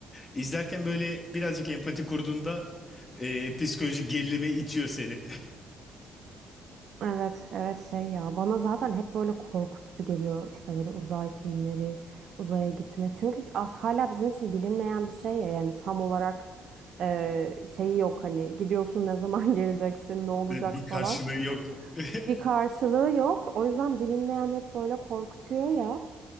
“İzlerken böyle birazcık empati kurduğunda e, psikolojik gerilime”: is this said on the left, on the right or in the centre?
Left